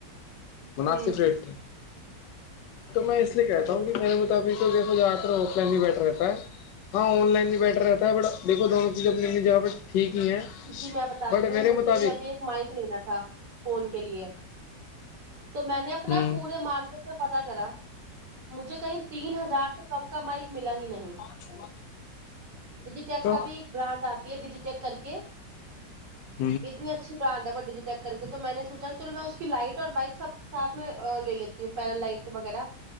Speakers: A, on the left; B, on the right.
A: مناسب
B: ہوں
A: ریٹ تھے تو میں اس لیے کہتا
B: جی
A: ہوں کہ میرے متاب تو جیسے ہے وہ پلین ہی بیٹر رہتا ہے ہاں آن لائن بھی بیٹر رہتا ہے بٹ دیکھو دونوں چیزیں اپنے اپنے جگاں پہ ٹھیک ہی ہیں
B: جی میں بتاتی
A: بٹ
B: ہوں
A: میرے
B: مجھے
A: مطابق
B: بھی ابھی ایک مائک لینا تھا فون کے لیے تو میں نے اپنا
A: ہ
B: پورے مارکیٹ سے پتا کرا مجھے کہیں تین ہزار کم کامائک ملا ہی نہیں
A: اوچھو
B: ڈیجیٹیک کا
A: <inaudible>
B: بھی ایک برانڈ آتی ہے ڈیجیٹیک کر کے
A: م <inaudible>
B: اتنی اچھی برانڈ ہے وہ ڈیجی یک کر کے تو میں نے سوچا کہ چلو میں اس کی لائٹ اور بائک سب سھ میں لے لی ہ ب پین لائٹ وغیرہ